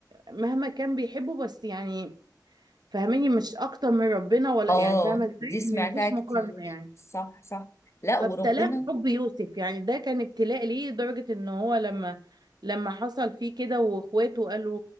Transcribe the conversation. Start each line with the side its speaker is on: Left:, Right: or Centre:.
Right: مهما كان بيحبه بس يعني فاهميني مش اكتر من ربنا ولا
Left: اه
Right: يعني فاهمة ازاي
Left: دي سمعتها
Right: ان مفيش
Left: كتير
Right: مقارنة يعني
Left: صح صح لا
Right: فابتلاه
Left: وربنا
Right: حب يوسف يعني ده كان ابتلاء ليه لدرجة ان هو لما لما حصل فيه كده واخواته قالوا